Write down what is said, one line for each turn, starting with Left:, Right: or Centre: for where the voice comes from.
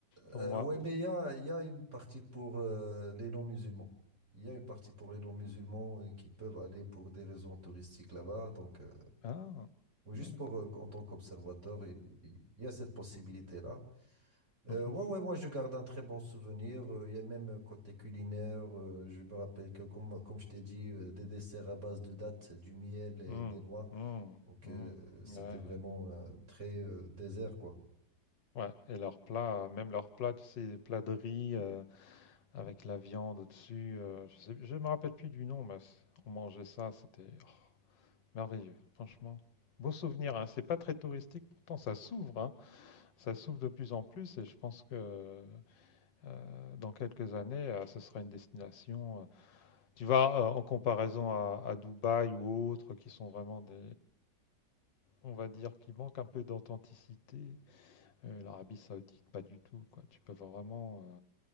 Left: pour
Right: Euh,
Left: moi.
Right: ouais, mais il y a, il y a une partie pour euh, les non-musulmans. Il y a une partie pour les non-musulmans euh, qui peuvent aller pour des raisons touristiques là-bas. Donc, euh,
Left: Ah,
Right: Oui, juste
Left: ah, d'accord.
Right: pour, euh, en tant qu'observateur, il, il y a cette possibilité-là. Euh,
Left: Mhm.
Right: ouais, ouais, moi, je garde un très bon souvenir. Euh, il y a même euh, côté culinaire, euh, je me rappelle que, comme, comme je t'ai dit, euh, des desserts à base de dattes, du miel et
Left: Mm,
Right: des noix.
Left: mm,
Right: Donc,
Left: mm.
Right: euh, c'était
Left: Ouais, ouais.
Right: vraiment euh, très euh, désert, quoi.
Left: Ouais, et leurs plats, euh, même leurs plats, tu sais, les plats de riz euh, avec la viande au-dessus. euh, je sais- je me rappelle plus du nom, mais c- on mangeait ça, c'était oh, merveilleux, franchement. Beau souvenir, hein. C'est pas très touristique, pourtant ça s'ouvre, hein. Ça s'ouvre de plus en plus, et je pense que Euh, dans quelques années, euh, ce sera une destination. euh, tu vas euh, en comparaison à, à Dubaï ou autres qui sont vraiment des, on va dire, qui manquent un peu d'authenticité. euh, l'Arabie Saoudite, pas du tout, quoi. Tu peux vraiment